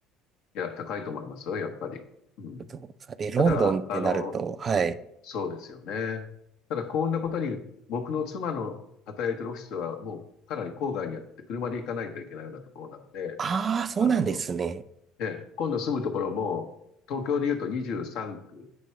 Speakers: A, on the left; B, on the right.
A: や、高いと思いますよ、やっぱり。うん。
B: ちょっとさ、で、ロンドンってなると、
A: ただ、あの、
B: はい。
A: そうですよね。ただ、こんなことに、僕の妻の働いてるオフィスはもうかなり郊外にあって、車で行かないといけないようなところなので、
B: ああ、そうなんですね。
A: あの、で、今度住むところも、東京で言うと23区